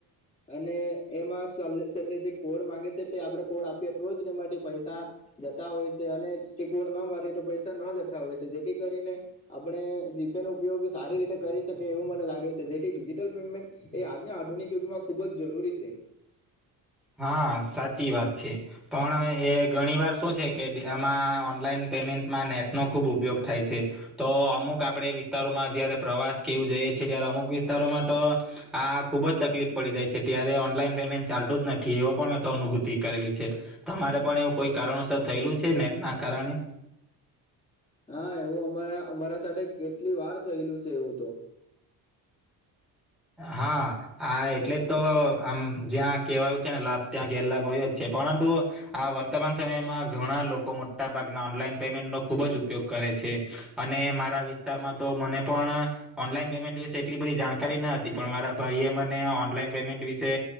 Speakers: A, on the left; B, in the centre.
A: અને એમાં સામે થી જે કોડ માંગે છે, તે આપણે કોડ આપીએ તો હોય જ તેમાંથી પૈસા જતા હોય છે. અને તે કોડ ન મારીએ, તો પૈસા ન જતા હોય છે. જેથી કરીને આપણે જીપે નો ઉપયોગ સારી રીતે કરી શકીએ, એવું મને લાગે છે. જેથી ડિજિટલ પેમેન્ટ એ આજના. આધુનિક યુગમાં ખુબ જ જરૂરી છે!
B: હા, સાચી વાત. છે, પણ એ ઘણી વાર શું છે કે આમાં ઓનલાઈન પેમેન્ટમાં નેટ નો ખુબ ઉપયોગ થાય છે. તો અમુક આપડા વિસ્તારોમાં, જયારે પ્રવાસ કેવું જઈએ છીએ, ત્યારે અમુક વિસ્તારોમાં તો આ ખુબ જ તકલીફ પડી જાય છે. ત્યારે ઓનલાઈન પેમેન્ટ ચાલતું જ નથી. એવ પણ મેં તો અનુભૂતિ કરેલી છે. તમારે પણ એવું કોઈ કારણોસર થયેલું છે, નેટ ના કારણે?
A: હા, એવું અમારા અમારા સાથે કેટલી વાર થયેલું છે. એવું તો.
B: હા, આ એટલે તો આમ જ્યાં કહેવાયું છે ને લાભ ત્યાં ગેલા લાભ હોય જ છે. પરંતુ આ વર્તમાન સમયમાં ઘણા લોકો મોટા ભાગના ઓનલાઈન પેમેન્ટનો ખુબ જ ઉપયોગ કરે છે, અને મારા વિસ્તારમાં તો મને પણ ઓનલાઈન પેમેન્ટ વિષે એટલી બધી જાણકારી ના. પણ મારા ભાઈ એ મને ઓનલાઈન પેમેન્ટ વિશે